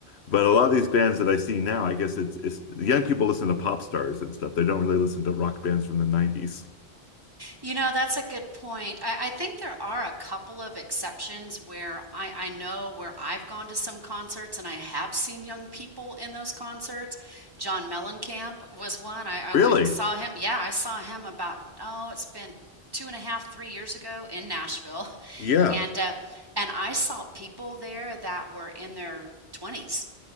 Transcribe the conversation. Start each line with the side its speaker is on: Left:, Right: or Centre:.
Left: But a lot of these bands that I see now, I guess it's it's the young people listen to pop stars and stuff. They don't really listen to rock bands from the 90s.
Right: You know, that's a good point. I, I think there are a couple of exceptions where I, I know where I've gone to some concerts and I have seen young people in those concerts. John Mellencamp was one. I, I
Left: Really?
Right: went and saw him. Yeah, I saw him about, oh, it's been two and a half, three years ago in Nashville. <laughs>
Left: Yeah.
Right: And uh, and I saw people there that were in their 20s.